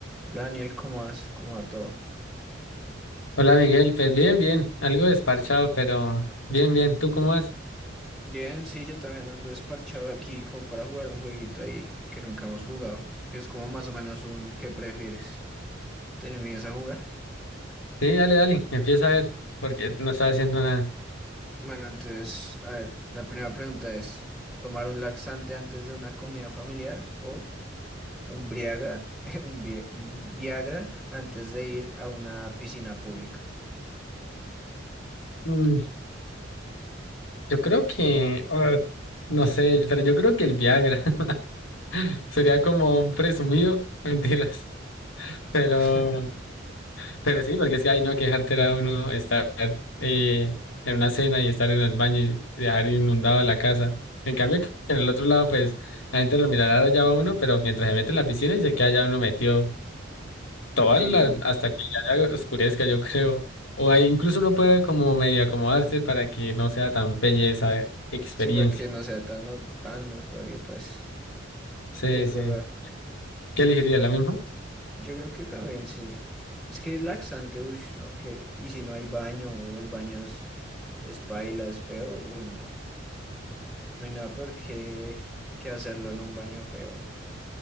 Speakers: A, in the centre; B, on the left.
A: Hola Daniel, ¿cómo vas? ¿Cómo va todo?
B: Hola Miguel, pues bien, bien, algo desparchado, pero bien, bien, ¿tú cómo vas?
A: Bien, sí, yo también ando desparchado aquí como para jugar un jueguito ahí que nunca hemos jugado, que es como más o menos un ¿qué prefieres? ¿Te le mides a jugar?
B: Sí, dale, dale, empieza a ver, porque no estaba haciendo nada.
A: Bueno, entonces, a ver, la primera pregunta es, ¿tomar un laxante antes de una comida familiar o un Briaga, <laughs> un, vi- un Viagra antes de ir a una piscina pública?
B: Mm, yo creo que, ah, no sé, pero yo creo que el Viagra <laughs> sería como un presumido, <laughs> mentiras, pero,
A: <laughs>
B: pero sí, porque es que hay no que dejar a uno estar eh, en una cena y estar en el baño y dejar inundado la casa. En cambio, que en el otro lado, pues la gente lo mirará allá va uno, pero mientras se mete en la piscina y se queda allá uno metido Toda
A: Sí,
B: la, hasta que ya se oscurezca, yo creo. O ahí incluso uno puede como medio acomodarse para que no sea tan bella esa experiencia.
A: sí, para que no sea tan, no, tan notorio, pues.
B: Sí,
A: Sí, es
B: sí.
A: verdad.
B: ¿Qué elegiría? ¿La misma?
A: Yo creo que también sí. Es que es laxante, uy, no, que. Y si no hay baño o el baño es, es paila, es feo, uy, no. No hay nada peor que, que hacerlo en un baño feo.